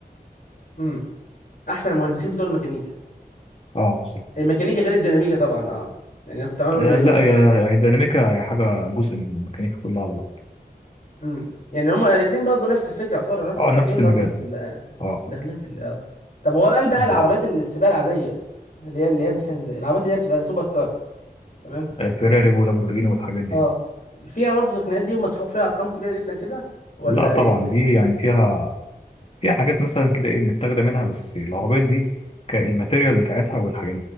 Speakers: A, on the left (about 55°); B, on the left (about 40°).
A: امم احسن المهندسين بتوع الميكانيكا
B: اه بالظبط
A: الميكانيكا غير الديناميكا طبعا اه يعني انا كنت عامل اقول
B: آه،
A: ديناميكا
B: لا
A: من
B: يا
A: ساعتها
B: يا الديناميكا هي حاجه جزء من الميكانيكا كلها على بعض
A: امم يعني هما الاثنين برضه نفس الفكره يعتبروا نفس
B: اه
A: داخلين
B: نفس
A: برضه
B: المجال
A: في ال
B: اه
A: داخلين في ال آه. طب هو قال بقى
B: بالظبط
A: العربيات السباق العاديه اللي هي اللي هي مثلا زي العربيات اللي هي بتبقى سوبر كارز تمام
B: آه، فيراري ولامبورجيني والحاجات دي
A: اه فيها برضه التقنيات دي ومدفوع فيها ارقام كبيره جدا كده ولا
B: لا طبعا
A: ايه الدنيا
B: دي يعني فيها في حاجات مثلا كده ايه متاخده منها بس العربيات دي كالماتيريال بتاعتها والحاجات